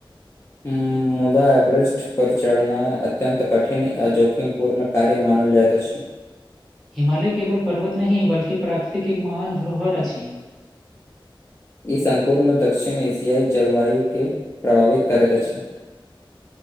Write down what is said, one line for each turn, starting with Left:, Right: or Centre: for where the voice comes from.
Left: हूं मुदा एवरेस्ट पर चढ़ना अत्यन्त कठिन आ जोखिम पूर्ण कार्य मानल जाइत अछि
Centre: हिमालय केवल पर्वत नहि बल्कि प्राकृतिक एक महान धरोहर अछि
Left: ई सम्पूर्ण दक्षिण एशियाई जलवायु केँ प्रभावित करैत अछि